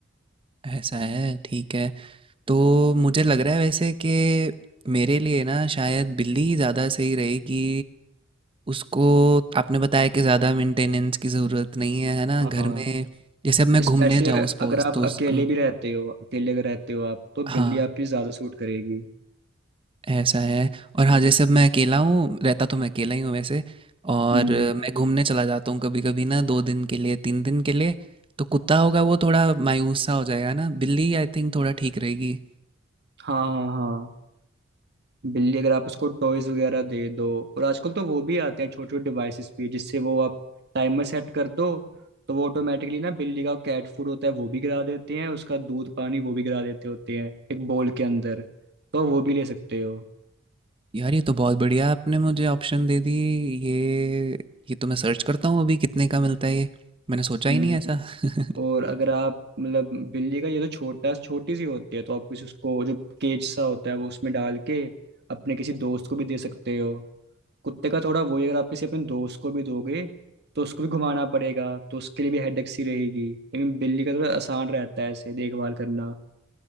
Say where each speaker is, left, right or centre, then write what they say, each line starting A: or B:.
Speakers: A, on the right; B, on the right.
A: ऐसा है ठीक है तो मुझे लग रहा है वैसे कि मेरे लिए ना शायद बिल्ली ज़्यादा सही रहेगी उसको आपने बताया कि ज़्यादा मेंटेनेंस की ज़रूरत नहीं है है ना
B: हाँ
A: घर में जैसे अब मैं
B: स्पेशली
A: घूमने जाऊँ सपोज
B: अगर आप
A: तो उसको
B: अकेले भी रहते हो अकेले अगर रहते हो आप तो
A: हाँ
B: बिल्ली आपकी ज्यादा सूट करेगी
A: ऐसा है और हाँ जैसे अब मैं अकेला हूँ रहता तो मैं अकेला ही हूँ वैसे और
B: हम्म
A: मैं घूमने चला जाता हूँ कभी कभी ना दो दिन के लिए तीन दिन के लिए तो कुत्ता होगा वो थोड़ा मायूस सा हो जाएगा ना बिल्ली आई थिंक थोड़ा ठीक रहेगी
B: हाँ हाँ हाँ बिल्ली अगर आप उसको टॉयज वगैरह दे दो और आजकल तो वो भी आते हैं छोटे छोटे डिवाइसेस पे जिससे वो आप टाइमर सेट कर दो तो वो ऑटोमेटिकली ना बिल्ली का कैट फूड होता है वो भी गिरा देते हैं उसका दूध पानी वो भी गिरा देते होते हैं एक बोल के अंदर तो वो भी ले सकते हो
A: यार ये तो बहुत बढ़िया आपने मुझे ऑप्शन दे दी ये ये तो मैं सर्च करता हूँ अभी कितने का मिलता है ये मैंने सोचा ही
B: हम्म
A: नहीं ऐसा <laughs>
B: और अगर आप मतलब बिल्ली का ये तो छोटा छोटी सी होती है तो आप किसी उसको जो केज सा होता है वो उसमें डाल के अपने किसी दोस्त को भी दे सकते हो कुत्ते का थोड़ा वही अगर आप किसी अपने दोस्त को भी दोगे तो उसको भी घुमाना पड़ेगा तो उसके लिए भी हेडेक सी रहेगी लेकिन बिल्ली का थोड़ा आसान रहता है ऐसे देखभाल करना